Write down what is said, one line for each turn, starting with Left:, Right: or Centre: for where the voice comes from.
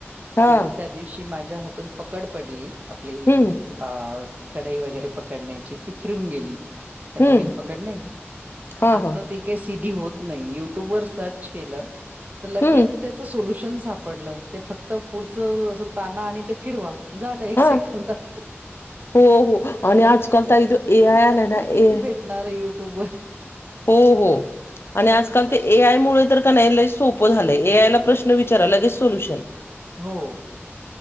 Left: हा
Right: तो त्या दिवशी माझ्या हातून पकड पडली आपली ही
Left: हम्म
Right: ही अ कढई वगैरे पकडण्याची ती फिरून गेली तर
Left: हम्म
Right: नवीन पकड नाही का
Left: हा
Right: आता
Left: हा
Right: ती काही सिधी होत नाही यु ट्यूब वर सर्च केलं तर लगेच
Left: हम्म
Right: त्या च सोल्युशन सापडलं ते फक्त पुढच अस ताणा आणि ते फिरवा. झालं एक सेकंदात
Left: हा हो हो आणि आजकाल ताई ए-आय आलाय ना ए
Right: असणार यूट्यूबवर.
Left: हो हो! आणि आजकाल ते ए आय मुळं तर क न्हाय लय सोपं झालंय ए आयला प्रश्न विचारा लगेच सोल्युशन
Right: हो!